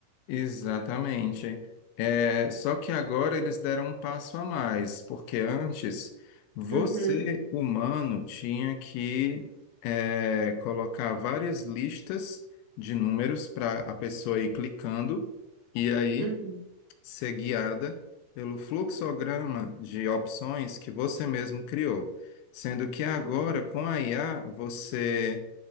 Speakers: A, on the left; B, on the right.
A: Exatamente. É, só que agora eles deram um passo a mais, porque antes você,
B: Uhum,
A: humano, tinha que é, colocar várias listas de números para a pessoa ir clicando, e aí
B: uhum.
A: ser guiada pelo fluxograma de opções que você mesmo criou. Sendo que agora,
B: uhum,
A: com a IA, você